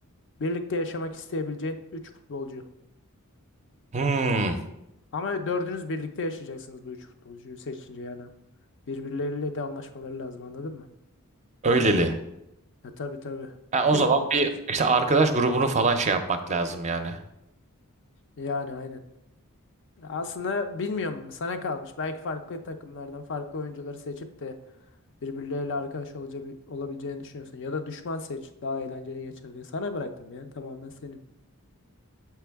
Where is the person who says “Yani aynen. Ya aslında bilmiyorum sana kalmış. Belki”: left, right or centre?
Left